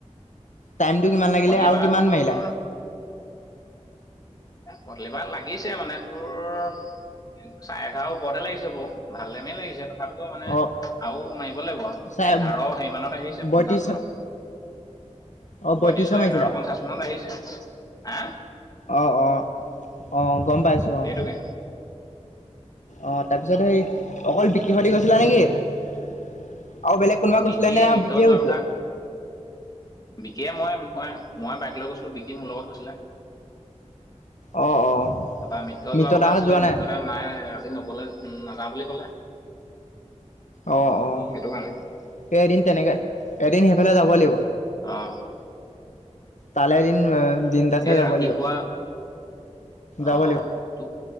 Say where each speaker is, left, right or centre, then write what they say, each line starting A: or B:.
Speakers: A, on the left; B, on the left.
A: টাইমটো কিমান লাগিলে
B: পথলি
A: আৰু
B: পাহাৰ
A: কিমান
B: তোৰ
A: মাৰিলা?
B: এ পথলিপাৰাত লাগিছে মানে তোৰ চাৰে এঘাৰৰ ওপৰতে লাগিছে বাৰু, ভাল টাইমেই লাগিছে তথাপিতো মানে
A: অ
B: আৰু মাৰিব লাগিব
A: চাই
B: এঘাৰ হেৰিমানত আহিছে পঞ্চাশ
A: বত্ৰিশ
B: মানত
A: অ বত্ৰিশ
B: বয়ত্ৰিশ এঘাৰ
A: মাৰিছিলা?
B: পঞ্চাশ মানত আহিছে। হা'
A: অ' অ', অ' গম পাইছো
B: সেইটোকে
A: অ। অ' তাৰ পিছত সেই অকল বিকিসৈতে গৈছিলা নেকি? আৰু বেলেগ কোনোবা
B: বিকি
A: গৈছিলে নে
B: মিত্ৰ
A: বিকিহে
B: যোৱাৰ
A: গৈছিলে?
B: কথা বিকিয়ে মই-মই, মই বাইক লৈ গৈছিলো বিকি মোৰ লগত গৈছিলে
A: অ
B: তাৰপৰা
A: অ
B: মৃত
A: মিত্ৰ
B: জোৱা কথা
A: দাহত
B: আছিলে,
A: যোৱা নাই?
B: মৃতৰাম নাই আজি নগলে। নাযায় বুলি ক'লে
A: অ' অ'।
B: সেইটো কাৰণে
A: এই এদিন তেনেকে, এদিন সেইফালে যাব লাগিব
B: অ'
A: তালে এদিন, দিনটা চাই
B: এই
A: যাব
B: ৰাতিপুৱা
A: লাগিব যাব
B: অ
A: লাগিব।
B: তোক